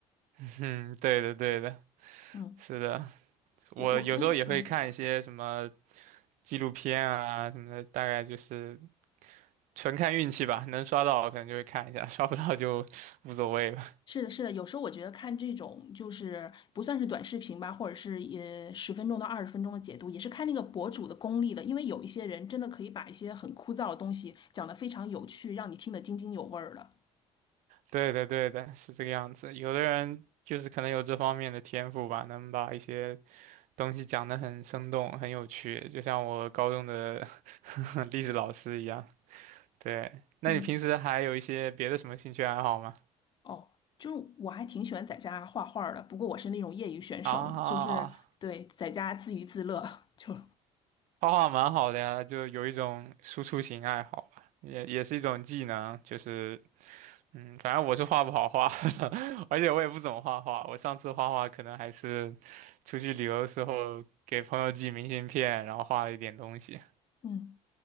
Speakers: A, on the right; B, on the left.
A: <laughs> 嗯，对的对的，
B: <laughs> 嗯，
A: 是的。我有时候也会看一些什么
B: 我我平常嗯，
A: 纪录片啊什么的，大概就是纯看运气吧，能刷到可能就会看一下，<laughs> 刷不到就无所谓了。
B: 是的，是的，有时候我觉得看这种就是不算是短视频吧，或者是也十分钟到二十分钟的解读，也是看那个博主的功力的，因为有一些人真的可以把一些很枯燥的东西讲得非常有趣，让你听得津津有味儿的。
A: 对的，对的，是这个样子。有的人就是可能有这方面的天赋吧，能把一些东西讲得很生动、很有趣，就像我高中的 <laughs> 历史老师一样。对，那你平时还有一些别的什么兴趣爱好吗？
B: 嗯。哦，就是我还挺喜欢在家画画儿的，不过我是那种业余选手，
A: 啊
B: 就是对在家自娱自乐，<laughs> 就
A: 画画蛮好的呀，就有一种输出型爱好吧，也也是一种技能，就是嗯，反正我是画不好画，<laughs> 而且我也不怎么画画。我上次画画可能还是出去旅游的时候给朋友寄明信片，然后画了一点东西。
B: 嗯，